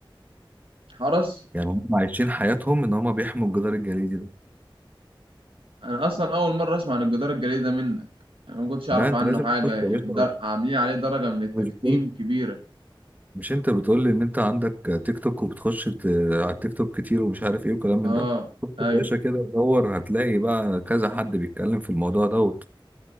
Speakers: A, on the right; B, on the right.
A: حرس
B: يعني هم عايشين حياتهم ان هم بيحموا الجدار الجليدي ده
A: انا اصلا اول مره اسمع عن الجدار الجليدي ده منك يعني انا ما كنتش اعرف
B: لا انت
A: عنه
B: لازم
A: حاجه
B: تخش يا
A: الدر-
B: باشا
A: عاملين عليه درجه من التكتيم
B: مش بتقول
A: كبيره
B: مش انت بتقول لي ان انت عندك تيك توك وبتخش ت- على التيك توك كتير ومش عارف ايه وكلام من
A: اه
B: ده خش
A: ايوه
B: يا باشا كده دور هتلاقي بقى كذا حد بيتكلم في الموضوع دوت